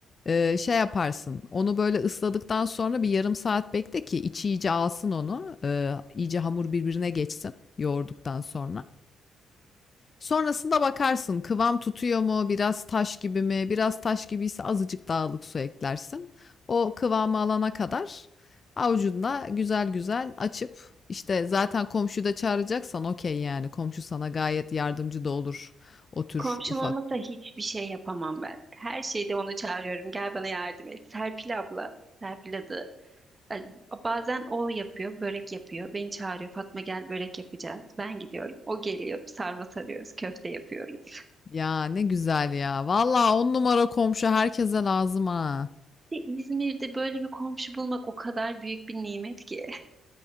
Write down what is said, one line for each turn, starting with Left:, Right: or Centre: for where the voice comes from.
Left: e, şey yaparsın. Onu böyle ısladıktan sonra bir yarım saat bekle ki içi iyice alsın onu. E, iyice hamur birbirine geçsin yoğurduktan sonra. Sonrasında bakarsın kıvam tutuyor mu, biraz taş gibi mi? Biraz taş gibiyse azıcık dağlık su eklersin. O kıvamı alana kadar avucunda güzel güzel açıp işte zaten komşuyu da çağıracaksan okey yani komşu sana gayet yardımcı da olur o tür
Right: Komşum
Left: ufak.
Right: olmasa hiçbir şey yapamam ben. Her şeyde onu çağırıyorum. Gel bana yardım et. Serpil abla, Serpil adı. Yani Bazen o yapıyor, börek yapıyor. Beni çağırıyor. Fatma gel börek yapacağız. Ben gidiyorum. O geliyor. Sarma sarıyoruz, köfte yapıyoruz.
Left: Ya ne güzel ya. Valla on numara komşu herkese lazım ha.
Right: İşte İzmir'de böyle bir komşu bulmak o kadar büyük bir nimet ki. <laughs>